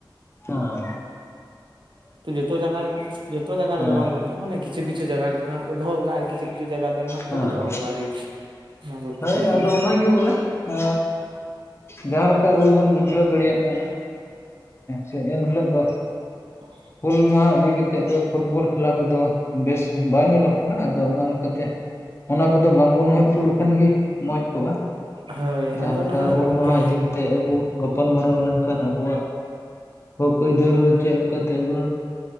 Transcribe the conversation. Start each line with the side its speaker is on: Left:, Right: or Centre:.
Left: ᱦᱚᱸ
Right: ᱛᱚ ᱡᱚᱛᱚ ᱡᱟᱭᱜᱟ ᱨᱮ ᱡᱚᱛᱚ ᱡᱟᱭᱜᱟ
Left: ᱦᱮᱸ
Right: ᱨᱮᱫᱚ ᱵᱟᱝ ᱜᱚᱝᱠᱮ ᱢᱟᱱᱮ ᱠᱤ ᱠᱤᱪᱷᱩ ᱠᱤᱪᱷᱩ ᱡᱟᱭᱜᱟ ᱨᱮᱫᱚ ᱱᱟᱦᱟᱜ ᱫᱚᱦᱚ ᱟᱠᱟᱫ ᱟᱨ ᱠᱤᱷᱩ ᱠᱤᱪᱷᱩ ᱡᱟᱭᱜᱟ ᱫᱚ ᱱᱟᱦᱟᱜ
Left: ᱦᱮᱸ
Right: ᱵᱟᱠᱚ ᱫᱚᱦᱚ ᱟᱠᱟᱜ-ᱟ ᱟᱨᱠᱤ ᱚᱱᱟ ᱠᱚ ᱠᱷᱟᱹᱛᱤᱨ
Left: ᱦᱳᱭ
Right: ᱛᱮᱜᱮ
Left: ᱟᱫᱚ ᱚᱱᱟ ᱜᱮ ᱵᱚᱞᱮ ᱟ ᱡᱟᱦᱟᱸᱞᱮᱠᱟ ᱟᱵᱚ ᱵᱚᱱ ᱵᱩᱡᱷᱟᱹᱣ ᱫᱟᱲᱮᱭᱟᱜ ᱠᱟᱱᱟ, ᱡᱮ ᱮᱱᱦᱤᱞᱟᱹᱜ ᱫᱚ
Right: <unintelligible>
Left: ᱦᱩᱞ ᱢᱟᱦᱟ ᱤᱫᱤ ᱠᱟᱛᱮᱫ ᱫᱚ ᱯᱷᱩᱴᱵᱚᱞ ᱠᱷᱮᱞᱟ ᱠᱚ ᱫᱚ ᱵᱮᱥ ᱵᱟᱭ ᱧᱮᱞᱚᱜ ᱠᱟᱱᱟ, ᱟᱫᱚ ᱚᱱᱟ ᱞᱮᱠᱟᱛᱮ ᱚᱱᱟ ᱠᱚᱫᱚ ᱵᱟᱝᱵᱚᱱ ᱦᱩᱭ ᱦᱚᱪᱚ ᱞᱮ ᱞᱮᱠᱷᱟᱱ ᱜᱮ ᱢᱚᱸᱡᱽ ᱠᱚᱜᱼᱟ
Right: ᱦᱳᱭ
Left: ᱡᱟᱦᱟᱸ
Right: ᱟᱫᱚ
Left: ᱞᱮᱠᱟ
Right: ᱱᱟᱦᱟᱜ
Left: ᱦᱩᱞ
Right: ᱜᱚᱝᱠᱮ
Left: ᱢᱟᱦᱟ ᱤᱫᱤ ᱠᱟᱛᱮ ᱛᱮ ᱟᱵᱚ ᱜᱟᱯᱟᱞ ᱢᱟᱨᱟᱨᱟᱣ ᱞᱮᱱᱠᱷᱟᱱ, ᱟᱵᱚᱣᱟᱜ ᱦᱚᱠ ᱟᱹᱭᱫᱟᱹᱨ ᱪᱮᱫ ᱞᱮᱠᱟ ᱛᱮ ᱟᱵᱩᱨᱮᱱ